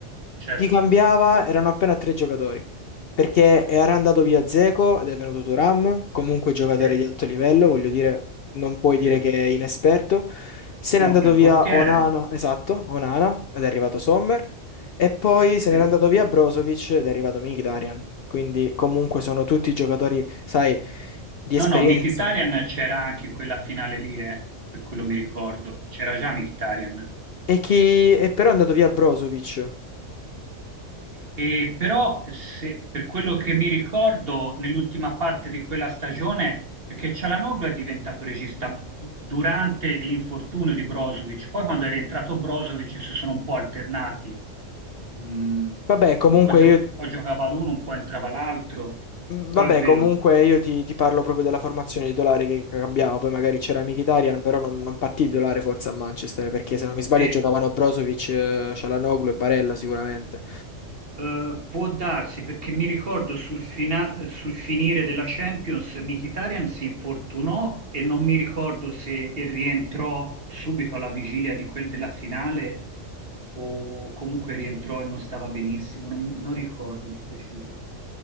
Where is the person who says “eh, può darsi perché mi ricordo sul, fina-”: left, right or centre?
Right